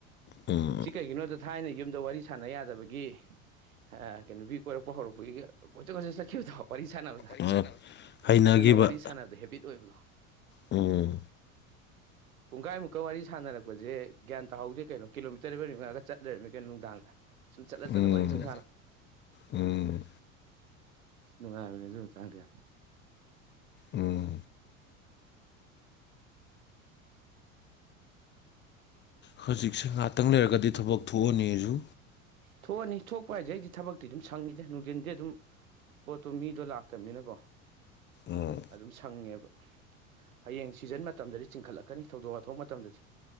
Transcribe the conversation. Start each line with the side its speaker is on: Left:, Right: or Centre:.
Left: ꯎꯝ
Right: ꯁꯤ ꯀꯩꯒꯤꯅꯣꯗ ꯊꯥꯏꯅ ꯌꯨꯝꯗ ꯋꯥꯔꯤ ꯁꯥꯟꯅ ꯌꯥꯗꯕꯒꯤ ꯍ ꯀꯩꯅꯣ ꯅꯨꯄꯤ ꯀꯣꯏꯔꯛꯄ ꯍꯧꯔꯛꯄꯒꯤ ꯀꯣꯏꯆꯠ ꯀꯣꯏꯆꯠ ꯆꯠꯈꯤꯕꯗꯣ ꯋꯥꯔꯤ ꯁꯥꯟꯅꯕꯗ
Left: ꯑ ꯍꯩꯅꯈꯤꯕ
Right: ꯑꯗꯨꯅ ꯋꯥꯔꯤ ꯁꯥꯟꯅꯕꯗ ꯍꯦꯕꯤꯠ ꯑꯣꯏꯕꯗꯣ
Left: ꯎꯝ
Right: ꯄꯨꯡꯒꯥꯏꯃꯨꯛꯀ ꯋꯥꯔꯤ ꯁꯥꯟꯅꯔꯛꯄꯖꯦ ꯒ꯭ꯌꯥꯟ ꯇꯥꯍꯧꯗꯦ ꯀꯩꯅꯣ ꯀꯤꯂꯣꯃꯤꯇꯔ ꯃꯤꯔꯤ ꯃꯉꯥꯒ ꯆꯠ ꯂꯩꯔꯝꯃꯤ ꯀꯩꯅꯣ ꯅꯨꯡꯗꯥꯡꯗ ꯁꯨꯝ ꯆꯠꯂ ꯆꯠꯂ
Left: ꯎꯝ
Right: ꯋꯥꯔꯤ <unintelligible> ꯗꯣ
Left: ꯎꯝ
Right: ꯅꯨꯡꯉꯥꯏꯕꯅꯤ ꯑꯗꯨ ꯃꯇꯥꯡꯗꯣ ꯌꯥꯝ
Left: ꯎꯝ ꯍꯧꯖꯤꯛꯁꯤ ꯉꯥꯛꯇꯪ ꯂꯩꯔꯒꯗꯤ ꯊꯕꯛ ꯊꯣꯛꯑꯅꯤ ꯑꯩꯖꯨ
Right: ꯊꯣꯛꯑꯅꯤ ꯊꯣꯛꯄ ꯍꯥꯏꯖꯦ ꯑꯩꯗꯤ ꯊꯕꯛꯇꯤ ꯑꯗꯨꯝ ꯁꯪꯉꯤꯗ ꯅꯨꯡꯗꯤꯟꯗꯤ ꯑꯗꯨꯝ ꯄꯣꯠꯇꯣ ꯃꯤꯗꯣ ꯂꯥꯛ ꯇꯝꯅꯤꯅꯀꯣ
Left: ꯎꯝ
Right: ꯑꯗꯨꯝ ꯁꯪꯉꯦꯕ ꯍꯌꯦꯡ ꯁꯤꯖꯟ ꯃꯇꯝꯗꯗꯤ ꯆꯤꯟꯈꯠꯂꯛꯀꯅꯤ ꯊꯧꯗꯣꯛ ꯋꯥꯊꯣꯛ ꯃꯇꯝꯗꯗꯤ